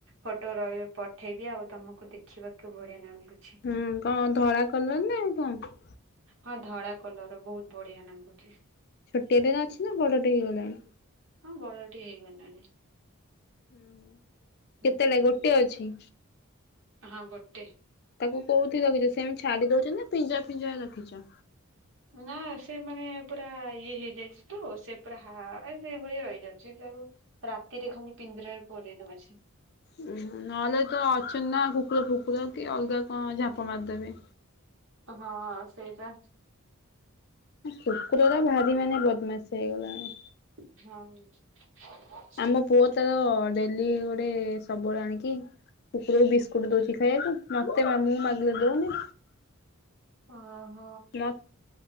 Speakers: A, on the right (about 60°); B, on the left (about 45°).
A: ଫଟୋ ରହିବ ପଠେଇବି ଆଉ ତମକୁ ଦେଖିବାକୁ ବଢ଼ିଆ ନାଗୁ
B: ହୁଁ କଣ ଧଳା କଲର ଆଉ କଣ?
A: ହଁ ଧଳା କଲର ବହୁତ ବଢ଼ିଆ ନାଗୁଛି।
B: ଛୋଟିଆଟେ ନା ଅଛି ନା ବଡ଼ଟେ ହେଇଗଲାଣି?
A: ହଁ ବଡ଼ ଟିଏ ହେଇଗଲାଣି।
B: ହୁଁ କେତେବେଲା
A: ହୁଁ
B: ଗୋଟେ ଅଛି?
A: ହଁ ଗୋଟେ।
B: ତାକୁ କୋଉଠି ରଖିଛ ସେମିତି ଛାଡ଼ି ଦଉଛନ୍ତି ନା ପିଞ୍ଜରା ଫିଞ୍ଜରା ରଖିଛ?
A: ନା ସେ ମାନେ ପୁରା ଇଏ ହେଇଯାଇଛି ତ ସେ ପୁରା ହା ସେଇଭଳି ରହିଯାଉଛି। ହଁ ତାକୁ ରାତିରେ ଖାଲି ପିଞ୍ଜରାରେ ପୁରେଇ ଦଉଛି।
B: ଉ -ହୁଁ ନହେଲେ ତ ଅଛନ୍ତି ନା କୁକୁର ଫୁକୁର କି ଅଲଗା କଣ ଝାପ ମାରିଦେବେ?
A: ହଁ ସେଇଟା।
B: କୁକୁର ଟା ଭାରି ମାନେ ବଦମାସ ହେଇଗଲାଣି।
A: ହଁ।
B: ଆମ ପୁଅ ତାର ଡେଲି ଗୋଟେ ସବୁବେଳେ ଆଣିକି କୁକୁରକୁ ବିସ୍କୁଟ ଦଉଛି ଖାଇବାକୁ ମତେ ମୁଁ ମାଗିଲେ ଦଉନି।
A: ଅହ।
B: ମ